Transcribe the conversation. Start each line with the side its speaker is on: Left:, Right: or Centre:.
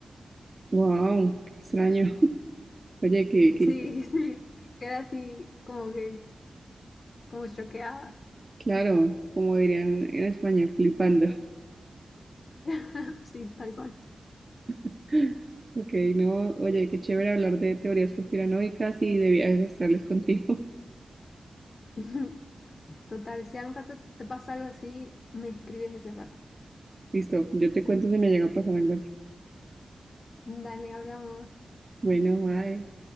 Right: Wow, qué extraño. <laughs> Oye, qué. qué
Left: Sí, <laughs> sí, quedé así como que, como choqueada.
Right: Claro, como dirían en España, flipando.
Left: <laughs> Sí, tal cual.
Right: <laughs> Ok, no, oye, qué chévere hablar de teorías conspiranoicas y de viajes astrales contigo.
Left: <laughs> Total, si algún rato te pasa algo así, me escribes ese rato.
Right: <laughs> Listo, yo te cuento si me llega a pasar algo así.
Left: Dale, hablamos.
Right: Bueno, bye.